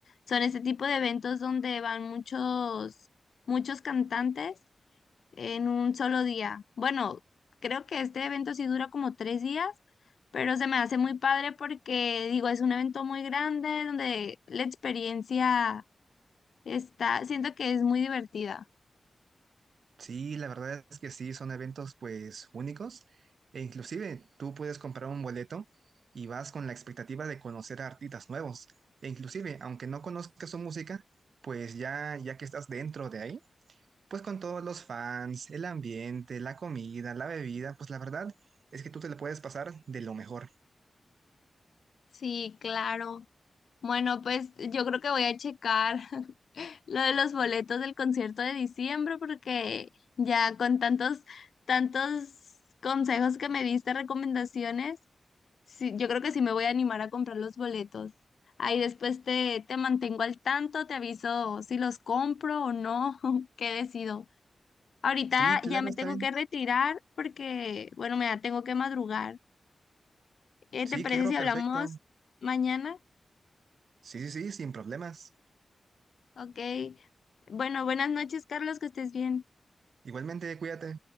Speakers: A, on the left; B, on the right.
A: Son este tipo de eventos donde van muchos, muchos cantantes en un solo día. Bueno, creo que este evento sí dura como tres días, pero se me hace muy padre porque, digo, es un evento muy grande donde la experiencia está, siento que es muy divertida.
B: Sí, la verdad es que sí, son eventos pues únicos e inclusive tú puedes comprar un boleto y vas con la expectativa de conocer a artistas nuevos e inclusive aunque no conozcas su música, pues ya ya que estás dentro de ahí, pues con todos los fans, el ambiente, la comida, la bebida, pues la verdad es que tú te la puedes pasar de lo mejor.
A: Sí, claro. Bueno, pues yo creo que voy a checar <laughs> lo de los boletos del concierto de diciembre porque ya con tantos, tantos consejos que me diste, recomendaciones. Sí, yo creo que sí me voy a animar a comprar los boletos. Ahí después te, te mantengo al tanto, te aviso si los compro o no, <laughs> qué decido. Ahorita
B: Sí, claro,
A: ya me
B: está
A: tengo
B: bien.
A: que retirar porque, bueno, me da- tengo que madrugar. Eh,
B: Sí,
A: ¿te parece
B: claro,
A: si
B: perfecto.
A: hablamos mañana?
B: Sí, sí, sí, sin problemas.
A: Ok. Bueno, buenas noches, Carlos, que estés bien.
B: Igualmente, cuídate.